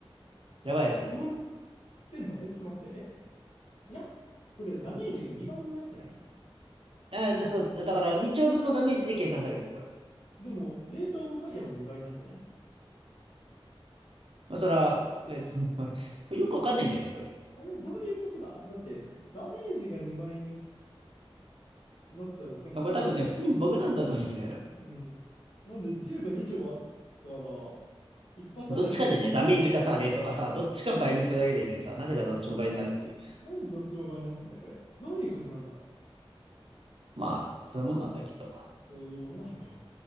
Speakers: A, on the right (about 65°); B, on the left (about 85°).
A: やばいやついる。
B: どうなってんのえ、ちょっと待って。えいや、これダメージが2倍になってない
A: えだ、そう、だから2丁分のダメージで計算される、これ。
B: でも、レートオブファイヤーも2倍になってない
A: まあ、そら、えっと、<laughs> まあこれよくわかんないんだよね、これ。
B: あれ、どういうことだだって、ダメージが2倍になってたらおかしいよね。
A: まあ、これ多分ね、普通に僕なんだと思うんだよな。
B: うん。なんで、銃が2丁あったら、一発あたりのダメージが2倍になるわけ。
A: どっちかでね、ダメージかさ、レートかさ、どっちか倍にするだけでいいのにさ、なぜかどっちも倍になるっていう。
B: そう。なんでどっちも倍になってんだ、これ。どういうことなんだ、
A: まあ、そういうもんなんだ、
B: うん、
A: きっと。
B: そういうもんなのか。